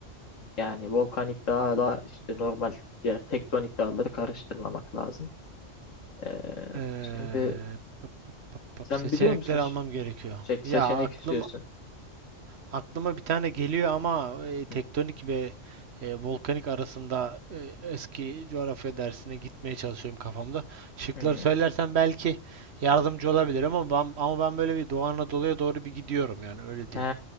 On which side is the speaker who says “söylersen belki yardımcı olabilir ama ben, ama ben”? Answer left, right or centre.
Right